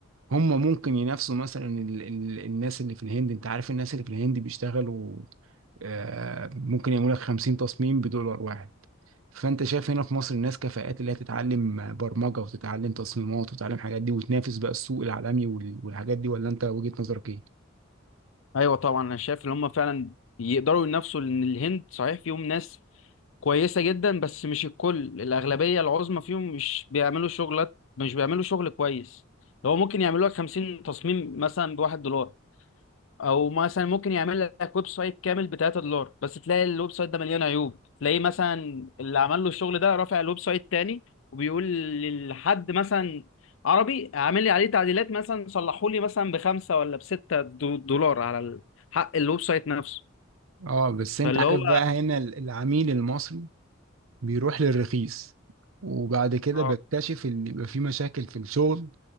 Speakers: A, on the right; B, on the left.
A: هم ممكن ينافسوا مثلا ال ال الناس اللي في الهند انت عارف الناس اللي في الهند بيشتغلوا آه ممكن يعملوا لك 50 تصميم بدولار واحد فانت شايف هنا في مصر الناس كفاءات اللي هي تتعلم برمجة وتتعلم تصميمات وتتعلم حاجات دي وتنافس بقى السوق العالمي وال- والحاجات دي ولا انت وجهة نظرك ايه؟
B: ايوه طبعا انا شايف ان هم فعلا يقدروا ينافسوا لان الهند صحيح فيهم ناس كويسه جدا بس مش الكل الاغلبيه العظمى فيهم مش بيعملوا شغلات مش بيعملوا شغل كويس هو ممكن يعملوا لك 50 تصميم مثلا بواحد دولار او مثلا ممكن يعمل لك ويب سايت كامل ب 3 دولار بس تلاقي الويب سايت ده مليان عيوب تلاقيه مثلا اللي عمل له الشغل ده رافع الويب سايت تاني وبيقول لحد مثلا عربي عامل لي عليه تعديلات مثلا صلحوا لي مثلا بخمسة ولا بستة دو- دولار على ال- حق الويب سايت نفسه
A: اه بس انت
B: فاللي
A: عارف
B: هو
A: بقى هنا ال- العميل المصري بيروح للرخيص وبعد كده
B: اه
A: بكتشف ان يبقى في مشاكل في الشغل